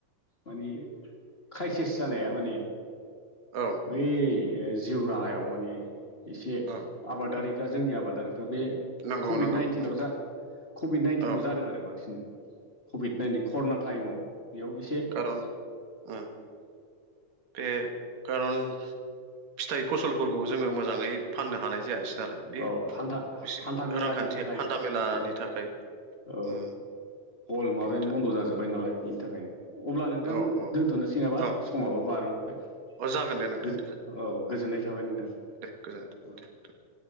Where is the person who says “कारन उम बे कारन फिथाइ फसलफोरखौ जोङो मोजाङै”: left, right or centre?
Right